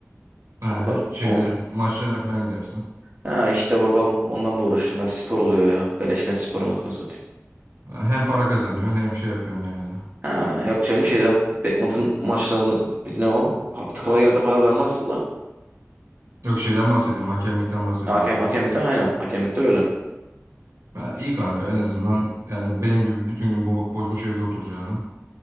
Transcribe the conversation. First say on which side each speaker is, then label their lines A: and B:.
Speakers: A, on the right (about 85°); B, on the right (about 35°).
A: Ha,
B: Onlar,
A: şeyleri,
B: o,
A: maçlarına falan gidersin.
B: ha işte bakalım. Onlarla uğraşırım. Hep spor oluyor ya. Beleşten spor anasını satayım.
A: Ha, hem para kazanıyorsun hem şey yapıyorsun yani.
B: Ha, yok canım şeyden badminton maçlarını ne o? Ha, Takıma girmekten para kazanmazsın da.
A: Yok şeyden bahsediyorum, hakemlikten bahsediyorum
B: Ha, Hakem,
A: ben.
B: hakemlikten aynen. Hakemlikte öyle.
A: Ha, iyi kanka en azından yani benim gibi bütün gün bo- boş boş evde oturacağına.